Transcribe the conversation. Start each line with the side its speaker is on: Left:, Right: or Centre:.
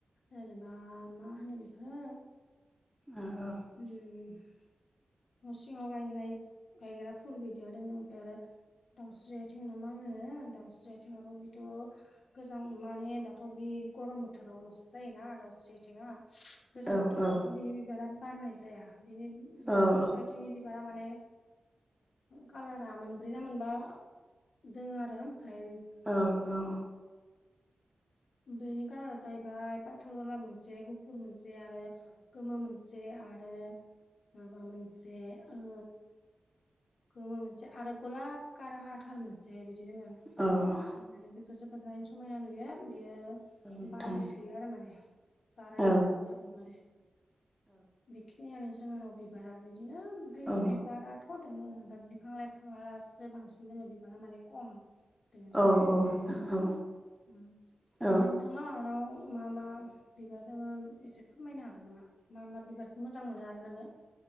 Left: जेनेबा मा होनो बेखौ
Centre: ओ औ
Left: उम न' सिङाव गायनाय गायग्रा फुल बिदिया दं ओमफ्राय आरो दाउस्रि आथिं नामा आङो दाउस्रि आथिंआबो बेथ' गोजां माने दाथ' बे गरम बोथोरावल'सो जायोना दाउस्रि आइथेंआ गोजां
Centre: औ
Left: बोथोरावथ' बिनि बिबारा बारनाय जाया बिनि
Centre: औ
Left: दाउस्रि
Centre: औ
Left: आथिंनि बिबारा माने कालारा मोन ब्रै ना मोनबा दोङो आरो ओमफ्राय
Centre: औ-औ
Left: बेनि कालारा जाहैबाय पाथर कालार मोनसे गुफुर मोनसे आरो गोमो मोन से आरो माबा मोनसे ओ गोमो मोनसे आरो गलाब कारहा थार मोनसे बिदि दोङो
Centre: औ
Left: ओमफ्राय बेखौ जोबोर नायनो समायना नुयो बेयो
Centre: औ नोंथां
Left: बारायसोयो आरो माने बारायो
Centre: औ
Left: थाब थाब माने बेखिनियानो जोंहानाव बिबारा बिदिनो ओमफ्राय
Centre: औ
Left: बिबाराथ' दङो ओफ्राय बिफां लाइफाङासो बांसिन दङ बिबारा माने खम <unintelligible> जोङानाव
Centre: औ औ नोंथां औ
Left: ओ
Centre: औ
Left: नोंथांलांआनाव मा मा बिबार दङ एसे फोरमायनो हागोन नामा मा मा बिबारखौ मोजां मोनो आरो नोङो